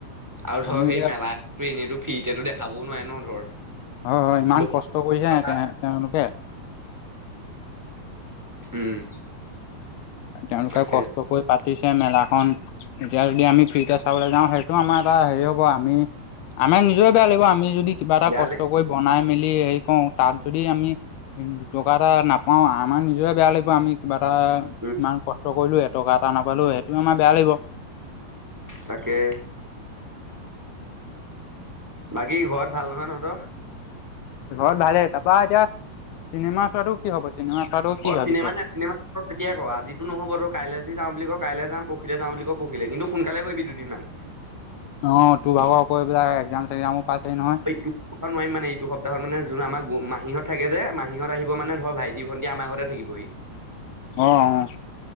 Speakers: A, in the centre; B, on the left (about 80°).
A: আৰু
B: আমি
A: ধৰ সেই
B: এতিয়া
A: মেলাটো এনেইতো ফ্ৰীতেতো দেখাবও নোৱাৰে ন ধৰ।
B: হয় হয় ইমান
A: বহুত
B: কষ্ট কৰিছে
A: কথা
B: সেহতে
A: আছে
B: তেওঁলোকে।
A: উম।
B: তেওঁলোকে
A: তাকে
B: কষ্ট কৰি পাতিছে মেলাখন, এতিয়া যদি আমি ফ্ৰীতে চাবলৈ যাওঁ, সেইটো আমাৰ এটা হেৰি হ'ব আমি আমাৰ নিজৰে বেয়া লাগিব, আমি যদি কিবা এটা
A: বেয়া
B: কষ্ট কৰি বনাই মেলি হেৰি কৰোঁ, তাত যদি আমি দুটকা এটা নাপাওঁ, আমাৰ নিজৰে বেয়া লাগিব আমি কিবা এটা
A: লাগিল উম
B: ইমান কষ্ট কৰিলোঁ, এটকা এটা নাপালোঁ। সেইটোও আমাৰ বেয়া লাগিব।
A: তাকে। বাকী ঘৰত ভাল নহয় তহঁতৰ?
B: ঘৰত ভালেই। তাৰপৰা এতিয়া চিনেমা চোৱাটো কি হ'ব? চিনিমা চোৱাটো কি
A: অঁ'
B: ভাবিছ
A: চিনেমা নে ন চিনে মা ক এতিয়াই ক, আজিতো নহ'ব, তই কাইলে যদি যাওঁ বুলি ক' কাইলে যাম, পৰখিলে যাওঁ বুলি ক' পৰখিলে, কিন্তু সোনকালে কৰিবি দুদিনমান। <inaudible>
B: অঁ, তোৰ ভাগৰ আকৌ এইবিলাক এক্সাম চেক্সামো পাইছেহি নহয়।
A: এইটো সপ্তাহত নোৱাৰিম মানে, এইটো সপ্তাহত মানে যোন আমাৰ মাহীহঁত থাকে যে আহিব মানে, ধৰ ভাই টি ভণ্টি থাকিবহি।
B: অঁ অঁ,